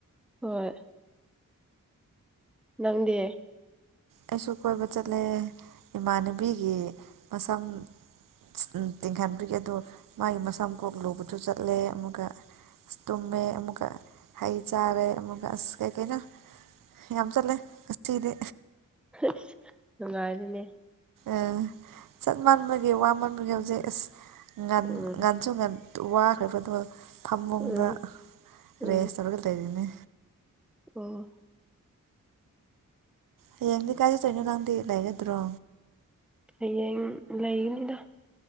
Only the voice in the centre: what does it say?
ꯍꯣꯏ ꯅꯪꯗꯤ
ꯍꯩꯁ ꯅꯨꯡꯉꯥꯏꯔꯤꯅꯦ
ꯎꯝ
ꯎꯝ ꯎꯝ
ꯑꯣ
ꯍꯌꯦꯡ ꯂꯩꯒꯅꯤꯗ